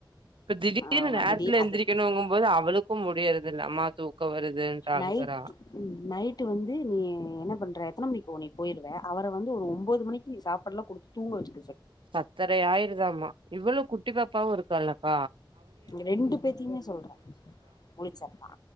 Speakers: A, on the right; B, on the left.
A: இப்ப திடீர்னு
B: ஆமா
A: நேரத்துல
B: திடீர் அது
A: எந்திரிக்கணுங்கும்போது அவளுக் முடியறது இல்ல அம்மா தூக்கம் வருதுன்ட்டு ஆழுகுறா
B: நைட் ம் நைட்டு வந்து நீ என்ன பண்ற எத்தன மணிக்கு போயிரு அவர வந்து ஒரு ஒன்பது மணி நீ சாப்பாெல்லா கொடுத்து தூங்க வச்சு
A: பத்தரை ஆயிருதாமா இவளு குட்டி பாப்பாவு இருக்கழக்க
B: ரெண்டு பேத்தையுமே சொல்றே முழச்சான